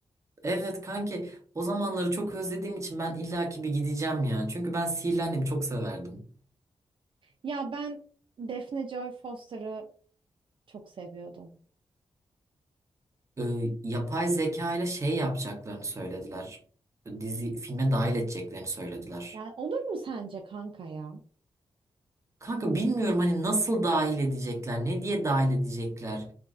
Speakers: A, on the right; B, on the right.
A: Evet kanki o zamanları çok özlediğim için ben illaki bir gideceğim ya. Çünkü ben Sihirli Annem'i çok severdim.
B: Ya ben Defne Joy Foster'ı çok seviyordum.
A: e, yapay zeka ile şey yapacaklarını söylediler. Dizi filme dahil edeceklerini söylediler.
B: Yani olur mu sence kanka ya?
A: Kanka bilmiyorum hani nasıl dahil edecekler, ne diye dahil edecekler.